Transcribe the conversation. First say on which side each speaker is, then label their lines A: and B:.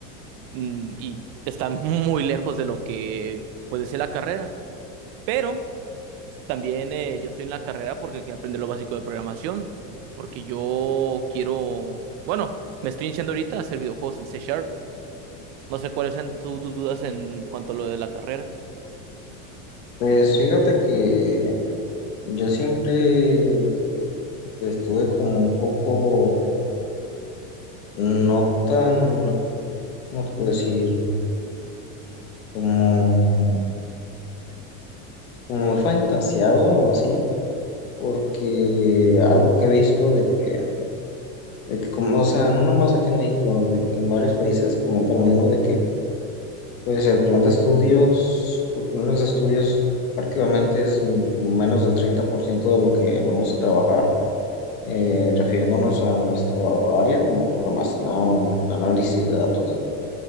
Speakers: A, on the right; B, on the left.
A: mm, y está muy lejos de lo que puede ser la carrera. Pero también eh, yo estoy en la carrera porque quiero aprender lo básico de programación, porque yo quiero, bueno, me estoy iniciando ahorita a hacer videojuegos en C Sharp. No sé cuáles sean tu- tus dudas en cuanto a lo de la carrera.
B: Pues fíjate que yo siempre estuve como un poco, no tan, ¿cómo te puedo decir? Como, como muy fantasiado o así, porque algo que he visto de que, de que como, o sea, no nomás aquí en México, de- en varios países comentan lo mismo de que Pues el plan de estudios, sus planes de estudios prácticamente es m- como menos del 30% de lo que vamos a trabajar, eh, refiriéndonos a nuestro área como programación, análisis de datos.